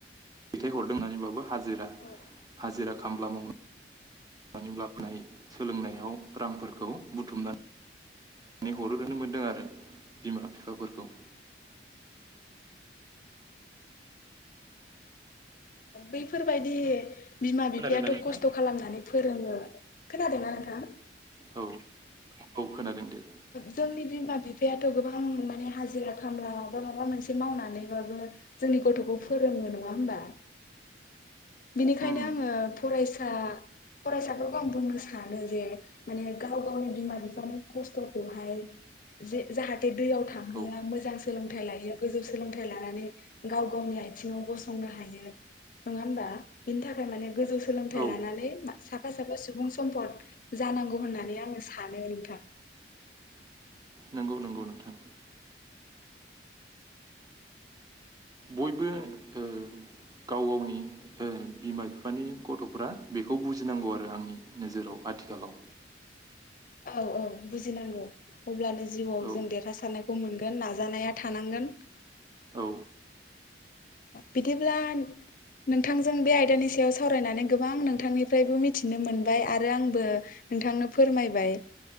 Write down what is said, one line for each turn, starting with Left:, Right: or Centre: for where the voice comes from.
Right: दैथाय हरदों होननानै बाबो हाजिरा
Left: औ ओ
Right: हाजिरा खामला मावनानै लाबोनाय सोलोंनायाव रांफोरखौ बुथुमनानै हरोनो मोन्दों आरो बिमा बिफाफोरखौ
Left: बैफोरबायदि बिमा
Right: खोनादोंना
Left: बिफायाथ'
Right: नोंथां
Left: खस्थ' खालामनानै फोरोङो खोनादोंना नोंथां
Right: औ औ खोनादों दे।
Left: जोंनि बिमा बिफायाथ' गोबां माने हाजिरा खामला बा माबा मोनसे मावनानैबाबो जोंनि गथ'खौ फोरोङो नङा होमबा बिनिखायनो
Right: उम
Left: आङो फरायसा फरायसाफोरखौ आं बुंनो सानो जे माने गाव गावनि बिमा बिफानो खस्थ' हाय जाहाथे दैयाव थांहोआ
Right: औ
Left: मोजां सोलोंथाइ लायो गोजौ सोलोंथाइ लानानै गाव गावनि आथिंआव गसंनो हायो नङा होमबा बिनि थाखाय माने गोजौ सोलोंथाइ
Right: औ
Left: लानानै मा साफा साफा सुबुं सम्फद जानांगौ होननानै आङो सानो नोंथां
Right: नंगौ नंगौ नोंथां बयबो ओ गाव गावनि ओ बिमा बिफानि गथ'फोरा बेखौ बुजिनांगौ आरो आंनि नोजोराव आथिखालाव।
Left: औ औ बुजिनांगौ अब्लानो जिउआव
Right: औ
Left: जों देरहासारनायखौ मोनगोन नाजानाया थानांगोन।
Right: औ
Left: बिदिब्ला नोंथांजों बे आयदानि सायाव सावरायनानै गोबां नोंथांनिफ्रायबो मिथिनो मोनबाय आरो आंबो नोंथांनो फोरमायबाय